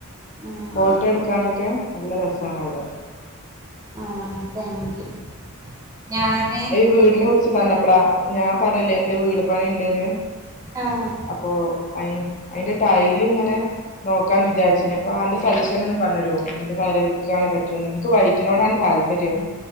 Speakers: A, on the right; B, on the left.
A: ആഹ്
B: ഫോട്ടോ എടുക്കാനൊക്കെ നല്ല രസാണ് അവിടെ
A: ആഹ് താങ്ക് യു ഞാൻ
B: ഈ വീടിനെ കുറിച്ച് പറഞ്ഞപ്പളാ ഞാൻ പറഞ്ഞില്ലെ എന്റെ വീട് പണി ഇണ്ട്ന്ന്
A: ആഹ്
B: അപോ അ അയിന്റെ ടൈൽ ഇങ്ങനെ നോക്കാന്ന് വിചാരിച്ചീന്നു അപ്പോ അന്റെ സജിക്ഷൻ ഒന്ന് പറഞ്ഞരുവോ എന്ത് കളർ എടുക്കാണ് ബെറ്റർ എനിക്ക് വൈറ്റിനോടാണ് താല്പര്യം